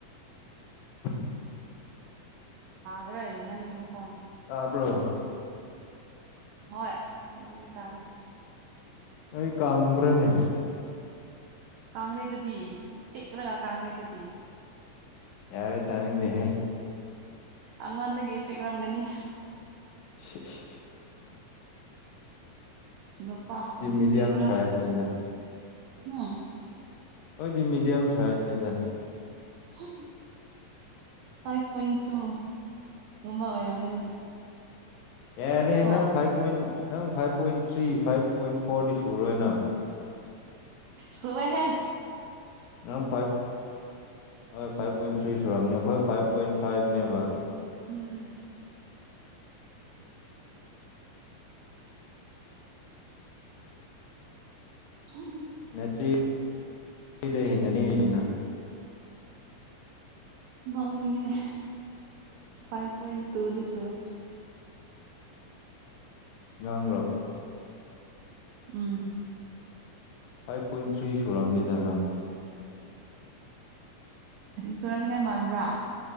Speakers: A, on the left (about 80°); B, on the right (about 85°).
A: <unintelligible>
B: ꯆ꯭ꯔꯦ ꯅꯪ ꯌꯦꯝꯈꯣꯟ
A: ꯑꯕ꯭ꯔꯣ
B: ꯍꯣꯏ ꯍꯧꯖꯤꯛꯀꯤ ꯇꯔꯦ
A: ꯑꯩ ꯀꯪꯕ꯭ꯔꯅꯦ
B: ꯀꯥꯡꯂꯤꯗꯗꯤ ꯆꯤꯛ꯭ꯔꯒ ꯀꯥꯡꯩꯗꯗꯤ
A: ꯌꯥꯔꯦ ꯇꯅꯤꯗꯦꯍꯦ
B: ꯑꯉꯣꯟꯗꯒꯤ ꯄꯤꯛꯔꯝꯒꯅꯤ
A: <unintelligible>
B: ꯅꯨꯄꯥ ꯑꯣꯏꯕꯒꯤꯦ
A: ꯃꯤꯗꯤꯌꯝ
B: ꯈꯔ
A: ꯁꯥꯏꯖꯅꯤꯗ
B: ꯎꯝ
A: ꯑꯩꯣꯏꯗꯤ ꯃꯤꯦꯗꯤꯌꯝ ꯁꯥꯏꯖꯅꯤꯗ
B: ꯍꯝ ꯐꯥꯏꯚ ꯄꯣꯏꯟ ꯇꯨꯒꯨꯝꯕ ꯑꯣꯏꯔꯝꯒꯅꯤ
A: ꯑꯦꯔ
B: ꯀꯣ
A: ꯐꯥꯏꯚ ꯄꯣꯏꯟ ꯅꯪ five point three five point ꯐꯣꯔꯗꯤ ꯁꯨꯔꯣꯏꯅ
B: ꯁꯨꯋ ꯍꯦ
A: ꯅꯪ ꯐꯥꯏꯚ ꯍꯣꯏ ꯐꯥꯏꯚ ꯄꯣꯏꯟ ꯊ꯭ꯔꯤ ꯁꯨꯔꯑꯅꯤ ꯑꯩꯈꯣꯏ ꯐꯥꯏꯚ ꯄꯣꯏꯟ ꯐꯥꯏꯚꯅꯦꯕ
B: ꯎꯝ ꯎꯝ ꯍꯝ
A: ꯅꯆꯤꯗꯦ ꯅꯅꯦ ꯏꯅ
B: ꯅꯣꯛꯅꯤꯡꯉꯅꯦ ꯐꯥꯏꯚ ꯄꯣꯏꯟ ꯇꯨꯗꯤ ꯁꯨꯦ
A: ꯉꯥꯡ꯭ꯔꯣ
B: ꯎꯝ
A: ꯐꯥꯏꯚ ꯄꯣꯏꯟ ꯊ꯭ꯔꯤ ꯁꯨꯨꯔꯝꯅꯤꯗꯅ
B: ꯆꯨꯔꯝꯅꯤꯡꯉꯥꯏ ꯃꯥꯟꯕ꯭ꯔꯥ